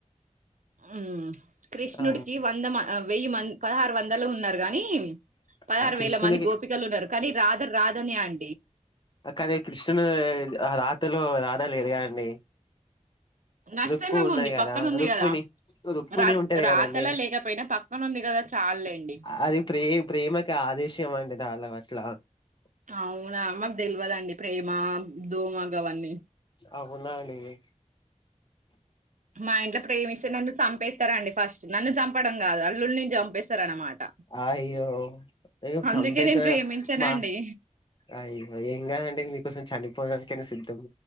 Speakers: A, on the right; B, on the left.
A: ఉమ్ కృష్ణుడికి
B: ఆ
A: వంద మ వెయ్యి మంది పదహారు వందలు ఉన్నారు కానీ, పదహారు
B: ఆ కృష్ణునికి
A: వేల మంది గోపికలు ఉన్నారు కానీ రాధ రాధనే అన్
B: అక్కనీ కృష్ణన్ ఆ రాత్ తొలో రధ లేదు కాదండి
A: నష్టమేముంది
B: రుక్కు ఉన్నాయ్ కదా
A: పక్కనుంది
B: రుక్మిణి
A: కదా
B: రుక్మిణి
A: రా
B: ఉంటది
A: రాతలా
B: కదాండి.
A: లేకపోయినా పక్కనుంది కదా చాలులేండి
B: అది ప్రే ప్రేమకి ఆదేశం అండి <unintelligible> <unintelligible>
A: అవునా మాక్ తెల్వద్ అండి ప్రేమ దోమ గవన్నీ
B: అవున్నానండి
A: మా ఇంట్ల ప్రేమిస్తే నన్ను చంపేస్త సరే అండి ఫస్ట్ నన్ను చంపడం కాదు అల్లుల్ని చంపేస్తారనమాట
B: అయ్యో ఏదో
A: అందుకే
B: చంపేసా
A: నేను ప్రేమించనండి
B: మా అయ్యో ఏం కాదండి మీకోసం చనిపోదం <unintelligible>